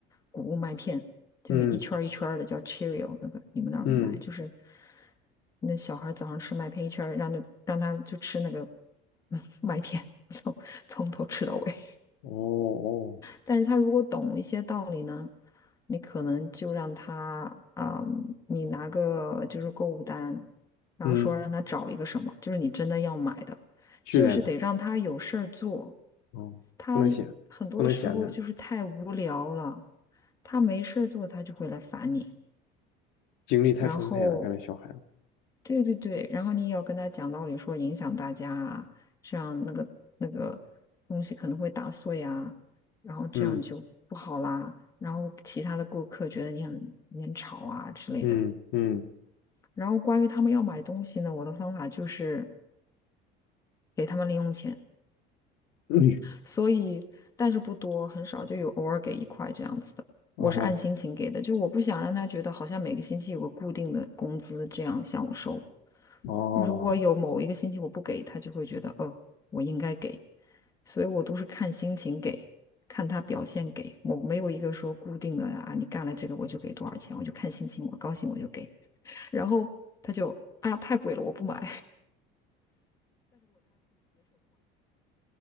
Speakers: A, on the left (about 15°); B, on the left (about 65°).
A: 谷物麦片，就那一圈儿一圈儿的叫
B: 嗯
A: Cheerio，那个你们那儿买？
B: 嗯，
A: 就是那小孩早上吃麦片一圈儿，让那让他就吃那个 <laughs> 麦片，从从头吃到尾。
B: 哦哦，
A: 但是他如果懂一些道理呢，你可能就让他啊、你拿个就是购物单，然后说让他找一个什么，
B: 嗯，
A: 就是你真的要买的，
B: 训练他。
A: 就是得让他有事儿做。
B: 哦，
A: 他很多时候就是太无聊了，
B: 不能闲，不能闲着，
A: 他没事儿做，他就会来烦你。
B: 精力太充沛了，
A: 然后
B: 看来小孩子。
A: 对对对，然后你也要跟他讲道理，说影响大家啊，这样那个那个东西可能会打碎啊，然后这样就不好啦。
B: 嗯
A: 然后其他的顾客觉得你很你很吵啊之类的。
B: 嗯嗯
A: 然后关于他们要买东西呢，我的方法就是给他们零用钱，
B: 嗯，
A: 所以但是不多，很少，就有偶尔给一块这样子的。
B: 哦
A: 我是按心情给的，就我不想让他觉得好像每个星期有个固定的工资这样向我收。
B: 哦，
A: 如果有某一个星期我不给，他就会觉得，哦，我应该给，所以我都是看心情给，看他表现给，我没有一个说固定的啊，你干了这个我就给多少钱，我就看心情，我高兴我就给，然后他就，哎呀，太贵了，我不买，